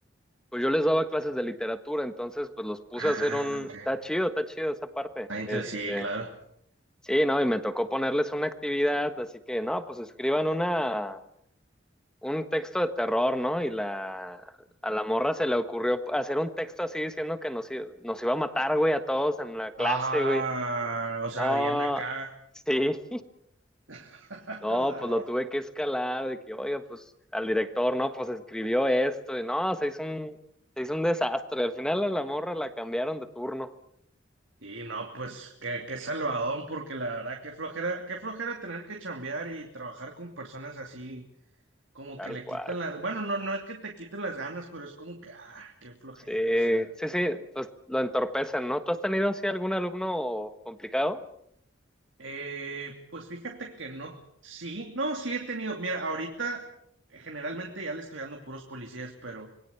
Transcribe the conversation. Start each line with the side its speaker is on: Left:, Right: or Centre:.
Centre: Pues yo les daba clases de literatura, entonces pues los puse
Right: Ah,
Centre: a hacer un...
Right: ok.
Centre: Está chido, está chido esa parte.
Right: Ah, inter-
Centre: Este,
Right: sí, claro.
Centre: sí, no, y me tocó ponerles una actividad, así que no, pues escriban una, un texto de terror, ¿no? Y la, a la morra se le ocurrió hacer un texto así diciendo que nos, i- nos iba a matar, güey, a todos en la clase,
Right: Ah,
Centre: güey.
Right: o sea,
Centre: Ah,
Right: bien acá.
Centre: sí,
Right: <laughs>
Centre: No,
Right: La
Centre: pues lo tuve que escalar, de que, oiga, pues al director, no, pues escribió esto, y no, se hizo un, se hizo un desastre. Al final a la morra la cambiaron de turno,
Right: Y no, pues qué, qué salvadón, porque la verdad qué flojera, qué flojera tener que chambear y trabajar con personas así, como
Centre: tal
Right: que le
Centre: cual.
Right: quitan las, bueno, no, no es que te quiten las ganas, pero es como que, ah, qué flojera,
Centre: Sí,
Right: o sea.
Centre: sí, sí, pues lo entorpecen, ¿no? ¿Tú has tenido así algún alumno complicado?
Right: Eh, pues fíjate que no, sí, no, sí he tenido, mira, ahorita eh, generalmente ya le estoy dando puros policías, pero